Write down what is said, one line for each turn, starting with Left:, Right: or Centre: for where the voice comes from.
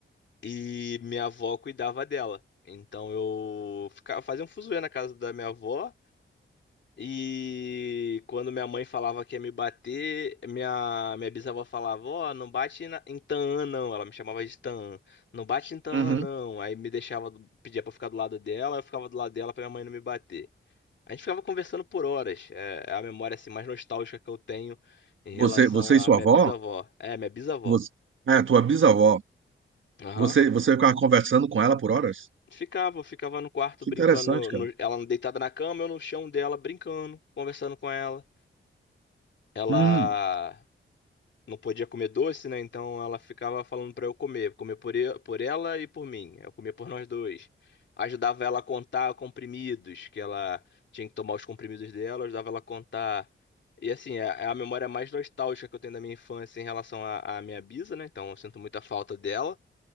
Left: E minha avó cuidava dela. Então eu ficava, fazia um fuzuê na casa da minha avó. E quando minha mãe falava que ia me bater, minha, minha bisavó falava: Ó, não bate na- em Taã, não. Ela me chamava de Taã. Não bate em Taã,
Right: uhum.
Left: não. Aí me deixava, do- pedia pra eu ficar do lado dela, eu ficava do lado dela pra minha mãe não me bater. A gente ficava conversando por horas. É é a memória assim, mais nostálgica que eu tenho em relação
Right: Você, você e
Left: à
Right: sua
Left: minha
Right: avó?
Left: bisavó. É, minha bisavó.
Right: Você, é, tua bisavó.
Left: Aham.
Right: Você, você ficava conversando com ela por horas?
Left: Ficava, ficava no quarto
Right: Que
Left: brincando,
Right: interessante, cara.
Left: no- ela deitada na cama, eu no chão dela brincando, conversando com ela. Ela
Right: Hum,
Left: não podia comer doce, né? Então ela ficava falando pra eu comer, comer por, e- por ela e por mim. Eu comia por nós dois. Ajudava ela a contar comprimidos, que ela tinha que tomar os comprimidos dela, ajudava ela a contar. E assim, é é a memória mais nostálgica que eu tenho da minha infância em relação à à minha bisa, né? Então eu sinto muita falta dela.